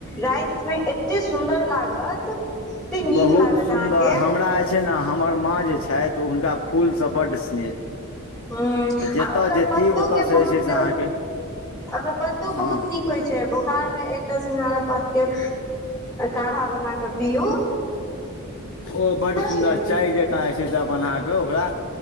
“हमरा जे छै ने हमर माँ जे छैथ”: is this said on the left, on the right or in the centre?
Left